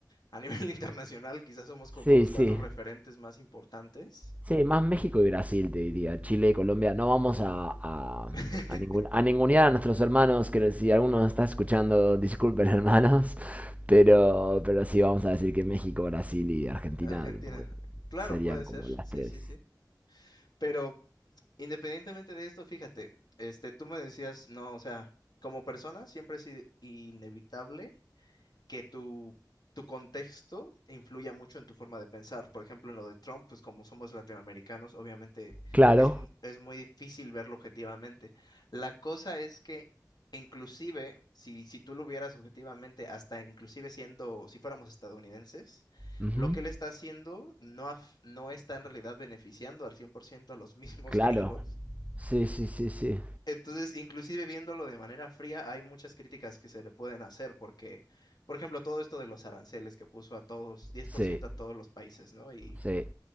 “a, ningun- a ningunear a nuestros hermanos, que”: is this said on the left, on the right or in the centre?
Right